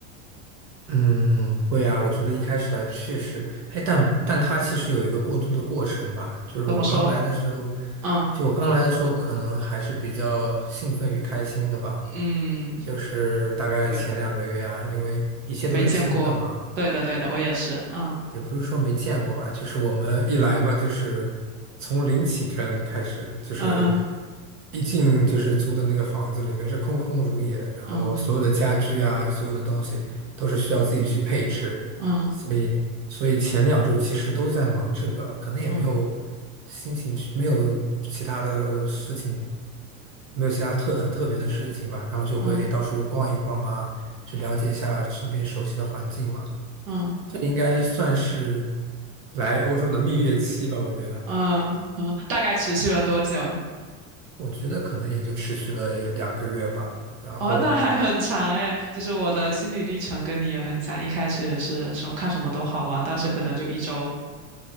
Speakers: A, on the right; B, on the right.
A: 嗯，会啊，我觉得一开始来确实，哎，但但它其实有一个过渡的过程吧，就是我刚来的时候，
B: 怎么说？嗯
A: 就我刚来的时候，可能还是比较兴奋与开心的吧，
B: 嗯，
A: 就是大概前两个月啊，
B: 没
A: 因为一切都是新的嘛，
B: 没见过。对的对的，我也是。嗯
A: 也不是说没见过吧，就是我们一来嘛，就是从零起征开始，就是
B: 嗯
A: 一进就是租的那个房子里面是空空如也，然后所有的家具啊，
B: 嗯
A: 所有的东西都是需要自己去配置，
B: 嗯
A: 所以所以前两周其实都在忙这个，可能也没有
B: 嗯
A: 心情去，没有其他的事情，没有其他特很特别的事情吧，然后就会到处逛一逛啊，
B: 嗯
A: 去了解一下身边熟悉的环境嘛。
B: 嗯
A: 应该算是来欧洲的蜜月期吧，我觉得，
B: 嗯嗯，大概持续了多久？
A: 我觉得可能也就持续了两个月吧，然后
B: 哦，那还很长诶。其实我的心理历程跟你也很像，一开始也是什么看什么都好玩，但是可能就一周，